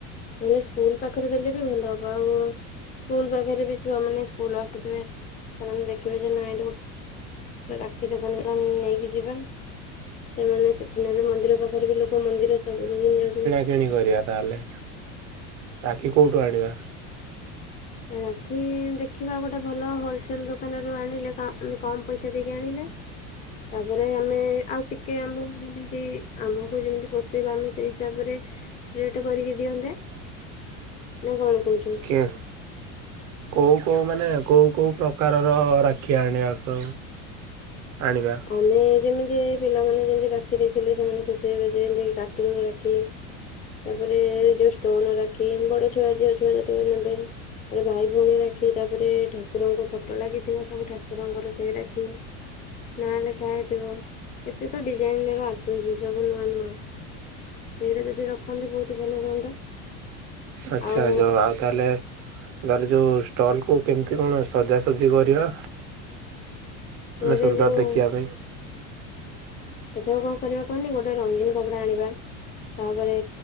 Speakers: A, on the left; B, on the right.
A: ନେହେଲେ ସ୍କୁଲ ପାଖରେ ଦେଲେ ବି ଭଲ ହବ ଆଉ। ସ୍କୁଲ ପାଖରେ ବି ଛୁଆମାନେ ସ୍କୁଲ ଆସୁଥିବେ ସେମାନେ ଦେଖିବେ ଯେ ନାଇଁ ଏ ରାକ୍ଷୀ ଦୋକାନରୁ ସେ ନେଇକି ଯିବେ ସେମାନେ ସେଠୁ ନେବେ ମ ମନ୍ଦିର ପାଖରେ ବି ଲୋକ ମନ୍ଦିର ସାମ୍ନାକୁ ଯାଉଛନ୍ତି।
B: କିଣି କରିବା ତାହେଲେ ରାକ୍ଷୀ କୋଉଠୁ ଆଣିବା?
A: ରାକ୍ଷୀ ଦେଖିବା ଗୋଟେ ଭଲ ହୋଲସେଲ ଦୋକାନରୁ ଆଣିଲେ ଆମେ କମ୍ ପଇସା ଦେଇକି ଆଣିଲେ। ତାପରେ ଆମେ ଆଉ ଟିକେ ଆମେ ଯେମତି ଆମକୁ ଯେମିତି ପୋଷେଇବ ଆମେ ସେଇ ହିସାବରେ ରେଟ କରିକି ଦିଅନ୍ତେ ନା କଣ କହୁଚ
B: କ୍ୟା। କୋଉ କୋଉ ମାନେ କୋଉ କୋଉ ପ୍ରକାରର ରାକ୍ଷୀ ଆଣିବାକୁ ଆଣିବା।
A: ଆମେ ଯେମିତି ପିଲାମାନେ ଯେମିତି ରାକ୍ଷୀ ଦେଖିଲେ ସେମାନେ ଖୁସି ହେବେ ଯେ ଯେମିତି କାର୍ଟୁନ ରାକ୍ଷୀ ତାପରେ ଯୋଉ ଷ୍ଟୋନ ରାକ୍ଷୀ ବଡ ଛୁଆ ଝିଅ ଛୁଆ ଯେତେବେଳେ ନେବେ। ତାରେ ଭାଇ ଭଉଣୀ ରାକ୍ଷୀ ତାପରେ ଠାକୁରଙ୍କ ଫଟୋ ଲାଗିଥିବ ସବୁ ଠାକୁରଙ୍କର ସେଇ ରାକ୍ଷୀ। ନାଁ ଲେଖା ହେଇଥିବ କେତେ ତ ଡିଜାଇନ ର ଆସୁଛି ସବୁ ନୂଆ ନୂଆ। ସେଇ ରା ଯଦି ରଖନ୍ତେ ବହୁତ ଭଲ ହୁଅନ୍ତା।
B: ଆଚ୍ଛାଛ
A: ଆଉ
B: ଆଉ ତାହେଲେ ତାହେଲେ ଯୋଉ ଷ୍ଟଲ କୁ କେମିତି କଣ ସଜାସଜି କରିବା।
A: ସେଇରେ
B: ତମେ ସୁନ୍ଦର
A: ଯୋଉ
B: ଦେଖିବା ପାଇଁ।
A: ତଥାପି କଣ କରିବା କହନି ଗୋଟେ ରଙ୍ଗୀନ କପଡା ଆଣିବା। ତାପରେ